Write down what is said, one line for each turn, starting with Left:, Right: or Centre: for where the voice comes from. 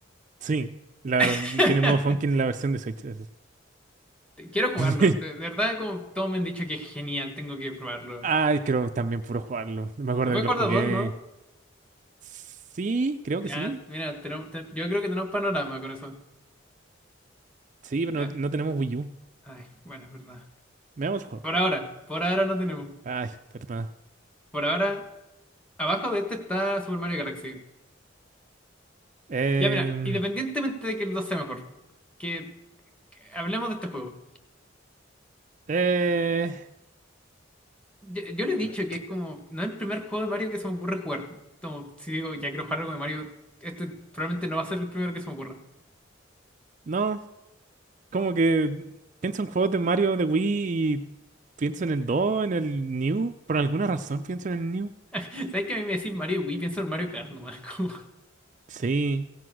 Right: Sí, la,
Centre: <laughs>
Right: tiene modo funky en la versión de Switch. eso
Centre: Te- Quiero jugarlo,
Right: sí.
Centre: de, de verdad, como todos me han dicho que es genial, tengo que probarlo.
Right: <laughs> Ay, creo también puro jugarlo. Me acuerdo
Centre: Se puede
Right: que lo
Centre: jugar
Right: jugué.
Centre: de a dos, ¿no?
Right: Sí, creo que
Centre: Ya,
Right: sí.
Centre: mira, tenemos- te- yo creo que tenemos panorama con eso.
Right: Sí, pero
Centre: Ya,
Right: no, no tenemos Wii U.
Centre: ay, bueno, es verdad.
Right: Veamos el juego.
Centre: Por ahora, por ahora no tenemos.
Right: Ay, perdón.
Centre: Por ahora, abajo de este está Super Mario Galaxy.
Right: Em,
Centre: Ya mira, independientemente de que el 2 sea mejor, que, que hablemos de este juego.
Right: eh,
Centre: Yo, yo le he dicho
Right: no,
Centre: que
Right: ¿qué-
Centre: es como, no es el primer juego de Mario que se me ocurre jugar. Como, si digo, ya quiero jugar algo de Mario, este probablemente no va a ser el primero que se me ocurra.
Right: no, como que pienso en juegos de Mario de Wii y pienso en el 2, en el New. Por alguna razón pienso en el New.
Centre: <laughs> ¿Sabes que a mí me decís Mario Wii? Pienso en Mario Kart nomás. <laughs> como-
Right: Sí,